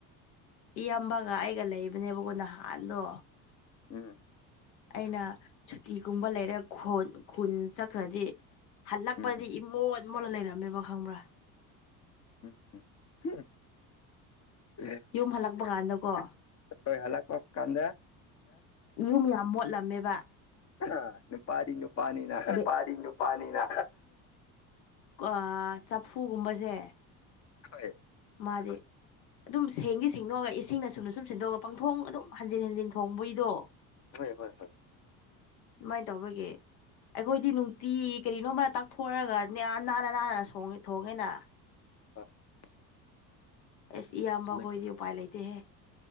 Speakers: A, on the left (about 75°); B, on the left (about 30°).
A: ꯏꯌꯥꯝꯕꯒ ꯑꯩꯒ ꯂꯩꯕꯅꯦꯕꯒꯣ ꯅꯍꯥꯟꯗꯣ
B: ꯎꯝ
A: ꯑꯩꯅ ꯁꯨꯇꯤꯒꯨꯝꯕ ꯂꯩꯔ ꯈꯣꯟ ꯈꯨꯟ ꯆꯠꯈ꯭ꯔꯗꯤ ꯍꯜꯂꯛꯄꯗꯤ
B: ꯎꯝ
A: ꯏꯃꯣꯠ ꯃꯣꯠꯂ ꯂꯩꯔꯝꯃꯦꯕ ꯈꯪꯕ꯭ꯔꯥ
B: ꯎꯝ ꯎꯝ ꯍꯝ
A: ꯌꯨꯝ ꯍꯜꯂꯛꯄ ꯀꯥꯟꯗꯀꯣ
B: ꯑꯈꯣꯏ ꯍꯂꯛ ꯄ ꯀꯥꯟꯗ
A: ꯌꯨꯝ ꯌꯥꯝ ꯃꯣꯠꯂꯝꯃꯦꯕꯥ
B: <unintelligible> ꯅꯨꯄꯥꯅꯤꯅ
A: <inaudible> ꯄꯅꯤꯅ ꯑ ꯆꯐꯨꯒꯨꯕꯁꯦ
B: ꯍ <inaudible>
A: ꯃꯥꯗꯤ ꯑꯗꯨꯝ ꯁꯦꯡꯉꯤ ꯁꯦꯡꯗꯣꯛꯑꯒ ꯏꯁꯤꯡꯅ ꯁꯨꯝꯅ ꯁꯨꯝ ꯁꯤꯟꯗꯣꯛꯑꯒ ꯄꯪꯊꯣꯡ ꯑꯗꯨꯝ ꯍꯟꯖꯤꯟ ꯍꯟꯖꯤꯟ ꯊꯣꯡꯕꯩꯏꯗꯣ
B: ꯍ‌ꯣꯏ ꯍꯣꯏ ꯍꯣꯏ
A: ꯑꯃꯥꯏꯅ ꯇꯧꯕꯒꯤ ꯑꯩꯈꯣꯏꯗꯤ ꯅꯨꯡꯇꯤꯏ ꯀꯔꯤꯅꯣꯃ ꯇꯥꯛꯊꯣꯛꯔꯒ ꯅꯦꯑ ꯅꯥꯟꯅ ꯅꯥꯟꯅ ꯁꯣꯡꯉꯦ ꯊꯣꯡꯉꯦꯅ
B: <unintelligible>
A: ꯑꯁ ꯏꯌꯥꯝꯕ
B: ꯆꯨꯝꯃꯦ
A: ꯈꯣꯏꯗꯤ ꯎꯄꯥꯏ ꯂꯩꯇꯦꯍꯦ